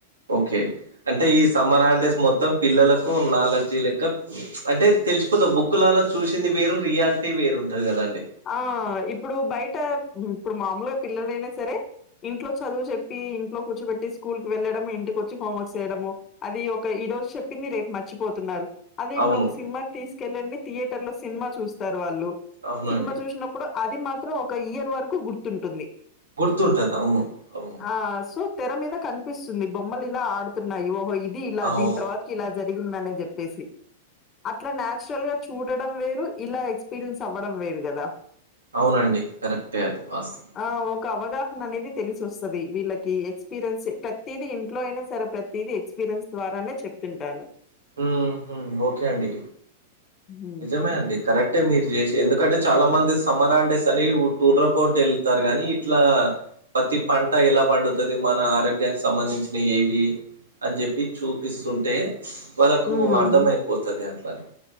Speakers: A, on the right; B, on the left.
A: ఓకే అంటే ఈ సమ్మర్ హాలిడేస్ మొత్తం పిల్లలకు నాలెడ్జీ లెక్క అంటే తెలిసిపోతాది బుక్కులళ్ళ చూసింది వేరు రియాల్ ల్టీ వేరు ఉంటది కదా అండి
B: ఆ ఇప్పుడు బయట ఇప్పుడు మామూలుగా పిల్లలైనా సరే ఇంట్లో చదువు చెప్పి ఇంట్లో కూర్చోబెట్టి స్కూల్ కు వెళ్లడము ఇంటికి వచ్చి హోంవర్క్ చేయడము అది ఒక ఈ రోజు చెప్పింది రేపు మర్చిపోతున్నారు అదే ఇప్పుడు
A: అవును.
B: ఒక సినిమాకి తీసుకెళ్ళండి థియేటర్ లో సినిమా చూస్తారు వాళ్ళు
A: అవునండి.
B: సినిమా చూసినప్పుడు అది మాత్రం ఒక ఇయర్ వరకు గుర్తుంటుంది
A: గుర్తుంటది అవును అవును.
B: ఆ సో తెర మీద కనిపిస్తుంది బొమ్మలు ఇలా ఆడుతున్నాయి ఓహో ఇది ఇలా
A: అవు
B: దీని తర్వాత కిలా జరిగిందని చెప్పేసి అట్లా నచురల్గా చూడడం వేరు ఇలా ఎక్స్పీరియన్స్ అవ్వడం వేరు కదా
A: అవునండి కరెక్టే అది వాస్తవం
B: ఆ ఒక అవగాహన అనేది తెలిసొస్తది వీళ్ళకి ఎక్స్పీరియన్స్ ప్రతిది ఇంట్లో అయినా సరే ప్రత్ తిది ఎక్స్పీరియన్స్ ద్వారానే చెప్తుంటాను
A: మ్ హు ఓకే అండి
B: హ్మ్.
A: నిజమే అండి కరెక్టే మీరు చేసి ఎందుకంటే చాలా మంది సమ్మర్ హల్ డేస్ అని టూర్్ర పోంటి వెళ్తారు కాని ఇట్లా ప్రతి పంట ఎలా పండుతది మన ఆరోగ్యానికి సంబంధించిన ఏవి అని చెప్పి చూపిస్తుంటే వాళ్ళకు
B: హ్మ్.
A: అర్థం అయిపోతది అట్లని